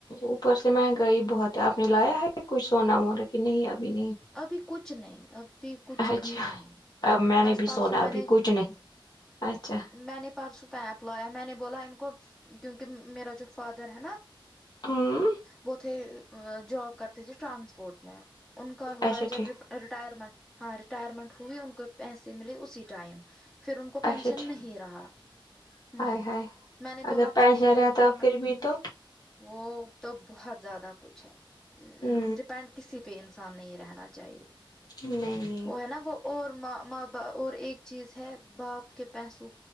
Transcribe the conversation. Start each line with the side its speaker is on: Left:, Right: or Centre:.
Left: اوپر سے مہنگائی بہت ہے آپ نے لایا ہے کوھ سونا وونا کہ نہیں ابھی نہیں
Centre: ابھی کچھ نہیں ابھی کچھ
Left: اچھا
Centre: بھی نہیں
Left: اب میں
Centre: بس
Left: نے بھی
Centre: پرسوں
Left: سونا
Centre: میں
Left: ابھی
Centre: نے
Left: کچھ نہیں اچھا
Centre: میں نے پرسو پپ لایا میں نے بولا ان کو کیونکہ میرا جو فادر ہے نا
Left: ہ
Centre: وہ اتے جاب کرتے تھے ٹرانسپورٹ میں ان ہوگا
Left: اچھا
Centre: جب
Left: ٹھیک
Centre: ریٹائرمنٹ ہاں ریٹائرمنٹ ہوئی ان کو پیسے ملے اسی ٹائم پھر ان کو پینشن
Left: اچھا ٹھیک
Centre: نہیں رہا ہوں
Left: ہائے ہائے
Centre: میں نے بولا
Left: اگر پینشن
Centre: پرسوں
Left: رہتا
Centre: ان کو میں
Left: پھر بھی تو
Centre: وہ تو بہت زیادہ کچھ ہے
Left: ہ
Centre: ڈپینڈ کسی پس آان نہیں رہنا چاہیے
Left: نہیں نہیں
Centre: وہ ہے نا وہ اوراں ماں با اور ایک چیز ہے باپ کے پیسوں